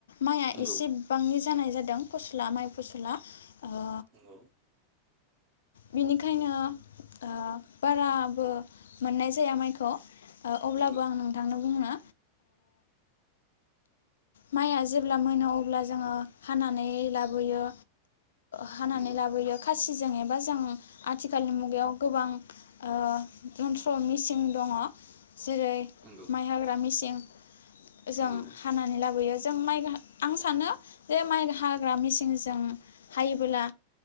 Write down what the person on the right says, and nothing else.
नंगौ
नंगौ।
नंगौ
नंगौ
नंगौ।
नंगौ